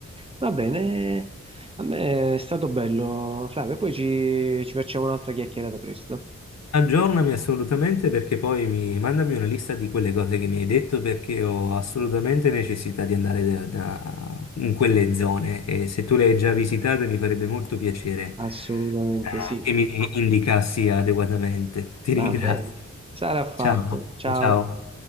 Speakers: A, on the right; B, on the left.
A: Va bene, a me è stato bello, Flavio, poi ci, ci facciamo un'altra chiacchierata presto.
B: Aggiornami assolutamente perché poi mi mandami una lista di quelle cose che mi hai detto perché ho assolutamente necessità di andare da, da- in quelle zone e se tu le hai già visitate mi farebbe molto piacere
A: Assolutamente
B: eh,
A: sì.
B: che mi indicassi adeguatamente. Ti
A: Va
B: ringrazio.
A: bene, sarà fatto.
B: Ciao,
A: Ciao.
B: ciao.